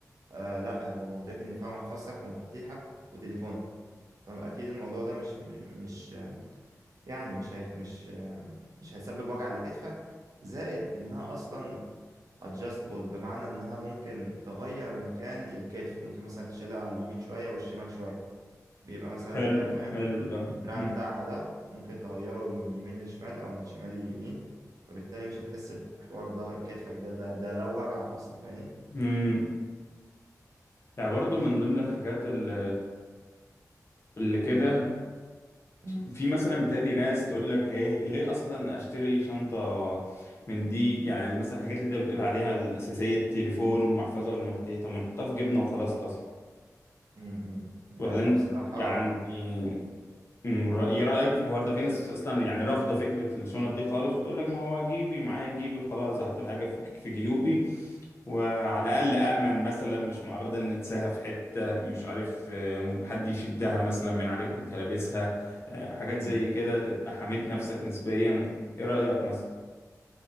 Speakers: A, on the right; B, on the left.
A: آه لا هو منطقي ان فيها محفظتك ومفاتيحك وتليفونك فاكيد الموضوع ده مش مش يعني مش هي مش مش هيسبب وجع لكتفك زائد انها اصلا adjustable بمعنى انها ممكن تغير مكان الكتف ممكن مثلا تشيلها على اليمين شوية والشمال شوية بيبقى مثلا
B: حلو
A: فيها فاهم
B: حلو ده
A: الدراع
B: امم
A: بتاعها ده ممكن تغيره من يمين لشمال او من شمال ليمين فبالتالي مش هتحس بحوار ظهر كتفك ده ده ده لو وجعك اصلا فاهمني
B: امم يعني برضو من ضمن الحاجات اللي اللي كده
A: مم.
B: في مثلا بتقلي ناس تقول لك ايه ليه اصلا اشتري شنطه من دي يعني مثلا الحاجات اللي انت بتقول عليها الاساسيه التليفون والمحفظه والمفاتيح طب ما نحطها في جبنه وخلاص اصلا
A: مم. مم. لا
B: ولا
A: انا
B: انت
A: بصراحة
B: يعني أمم، رأ- يا رايك في الحوار ده في ناس اصلا يعني رافضه فكره الشنط دي خالص وتقول لك ما هو جيبي معايا جيبي وخلاص احط الحاجه في في جيوبي وعلى الأقل أأمن مثلا مش معرضة إن تساها في حتة مش عارف آه، حد يشدها مثلا من عليك وأنت لابسها آه، حاجات
A: مم.
B: زي كده تبقى حميت نفسك نسبيا إيه رأيك مثلا؟